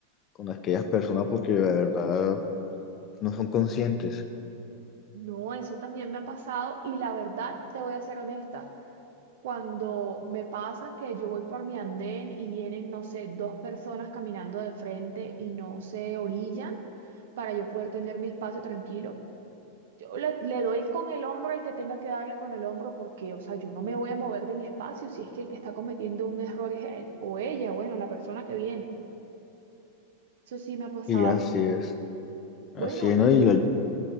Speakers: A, on the left; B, on the right.
A: con aquellas personas porque la verdad no son conscientes.
B: No, eso también me ha pasado y la verdad, te voy a ser honesta. Cuando me pasa que yo voy por mi andén y vienen, no sé, dos personas caminando de frente y no se orillan para yo poder tener mi espacio tranquilo, yo le, le doy con el hombro al que tenga que darle con el hombro porque, o sea, yo no me voy a mover de mi espacio si es que el que está cometiendo un error es él o ella, bueno, la persona que viene. Eso sí me ha pasado.
A: Y así es, así
B: Bueno,
A: es, ¿no?
B: y
A: Y el-